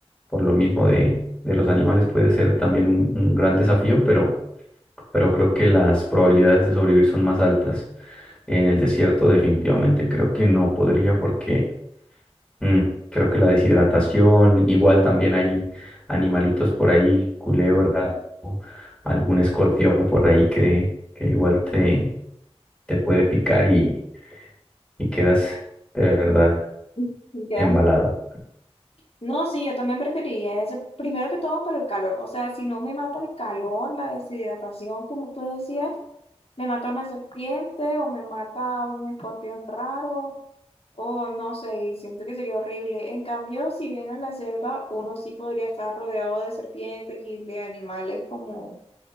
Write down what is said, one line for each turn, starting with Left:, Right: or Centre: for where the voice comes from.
Centre: por lo mismo de, de los animales puede ser también un, un gran desafío, pero, pero creo que las probabilidades de sobrevivir son más altas. En el desierto definitivamente creo que no podría porque mm, creo que la deshidratación, igual también hay animalitos por ahí, culebras algún escorpión por ahí que, que igual te, te puede picar y, y quedas de verdad
Left: <laughs> Y quedamos-
Centre: embalado.
Left: No, sí, yo también preferiría ese, primero que todo por el calor. O sea, si no me mata el calor, la deshidratación, como usted decía, me mata una serpiente o me mata un escorpión raro o no sé, y siento que sería horrible. En cambio, si bien en la selva uno sí podría estar rodeado de serpientes y de animales como